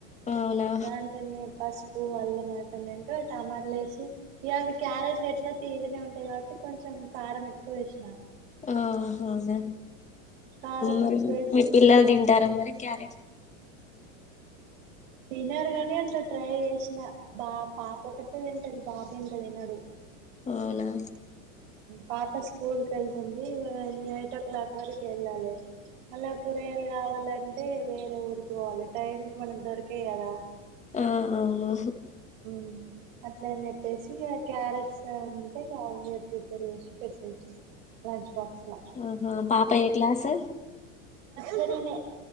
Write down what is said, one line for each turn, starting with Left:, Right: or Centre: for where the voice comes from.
Left: అవునా
Right: నన్ తనే పస్ పువ అల్లం అయిపోయినాక టమాటలు వేసి ఇఅవి క్యారెట్లు ఎట్లా తియ్యగానే ఉంటాయి కాబట్టి కొంచెం కారం ఎక్కువ వేసినా
Left: ఆ అవునా
Right: కారం
Left: మరి
Right: ఉప్పేసి
Left: మీ పిల్లలు
Right: ఆ
Left: తింటారా మరి క్యారెట్
Right: తినరు గని అట్లా ట్రై చేసిన బా పాప ఒకటే తింటది బాబు ఇంకా తినడు
Left: ఆవునా
Right: పాప స్కూల్ కలి స్తుంది న ఎయిట్ ఓ క్లాక్ వరకు ఎళ్ళాలె అళ్ళ కూరగాయలు కావాలం అంటే వేరే ఊరికి పోవాలి టైంకు మనకి దొరకయి గదా
Left: ఆ అవును
Right: ఉం ఇట్లా అని చెప్పేసి ఇ క్యారెట్స్ ఉ అవే ప్రిపేర్ చేసి పెట్టేసిన లంచ్ బాక్స్ లా
Left: ఆహా పాప ఏ క్లాస్
Right: సరేనే